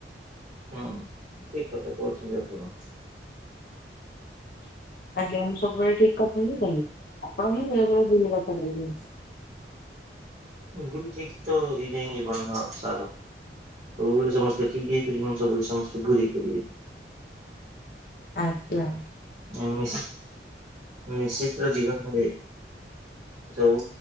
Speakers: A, on the right; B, on the left.
A: ହଁ ଠିକ କଥା କହୁଛନ୍ତି ଆପଣ।
B: ଆଜ୍ଞା। ମୁଁ ସବୁବେଳେ ଠିକ୍ କଥା କହିନଥିଲି, ଆପଣ ହିଁ ବେଳେବେଳେ ଭୁଲ କଥା କହିଦିଅନ୍ତି।
A: ଭୁଲ୍ ଠିକ୍ ତ ହେଇଯାଏ ଜୀବନର ସାର। ସବୁବେଳେ ସମସ୍ତେ ଠିକ୍ ହେଇପାରିବେନି ସବୁବେଳେ ସମସ୍ତେ ଭୁଲ୍ ହେଇପାରିବେନି।
B: ଆଜ୍ଞା।
A: ନିଶ୍ ନିଶିତ୍ ରେ ଜୀବନ କୁଣ୍ଡେ ଯୋଉ